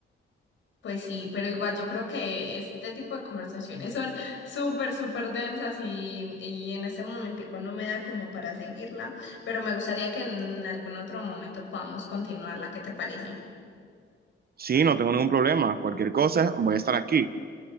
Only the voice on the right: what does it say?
Sí, no tengo ningún problema. Cualquier cosa, voy a estar aquí.